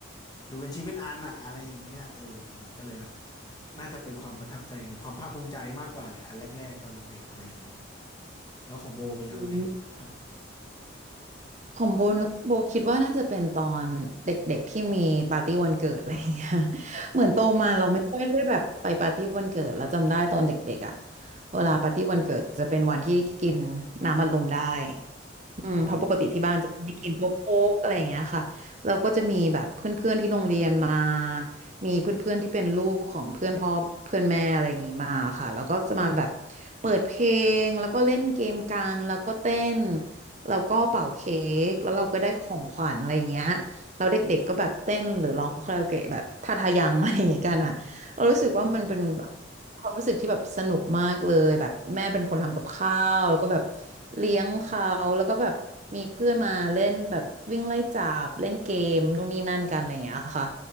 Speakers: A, on the left; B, on the right.
A: ดูเป็นชิ้นเป็นอันอะอะไรอย่างเงี้ยเออมันก็เลยแบบน่าจะเป็นความประทับใจหรือความภาคภูมิใจมากกว่าแหละอันแรกๆตอนเด็กๆอะไรอย่างเงี้ยแล้วของโบมีบ้างไหมครับ
B: อืมของโบนึกโบคิดว่าน่าจะเป็นตอนเด็กๆที่มีปาร์ตี้วันเกิดอะไรอย่างเงี้ย <laughs>
A: ว่า
B: เหมือนโตมาเราไม่ค่อยได้แบบไปปาร์ตี้วันเกิดแล้วจำได้ตอนเด็กๆอะเวลาปาร์ตี้วันเกิดจะเป็นวันที่กินน้ำอัดลมได้ อืมเพราะปกติที่บ้านจะไม่กินพวกโค้กอะไรอย่างเงี้ยค่ะเราก็จะมีแบบเพื่อนๆที่โรงเรียนมา
A: อ๋อ
B: มีเพื่อนๆที่เป็นลูกของเพื่อนพ่อเพื่อนแม่อะไรอย่างงี้มาค่ะแล้วก็จะมาแบบเปิดเพลงแล้วก็เล่นเกมกันแล้วก็เต้นแล้วก็เป่าเค้กแล้วเราก็ได้ของขวัญอะไรอย่างเงี้ยแล้วเด็กๆก็แบบเต้นหรือร้องคาราโอเกะแบบท่าทายังอะไรอย่างงี้กันอ่ะ เรารู้สึกว่ามันเป็นแบบความรู้สึกที่แบบสนุกมากเลยแบบแม่เป็นคนทำกับข้าวแล้วก็แบบ
A: อืม
B: เลี้ยงเขาแล้วก็แบบมีเพื่อนมาเล่นแบบวิ่งไล่จับเล่นเกมนู่นนี่นั่นกันอะไรอย่างเงี้ยค่ะ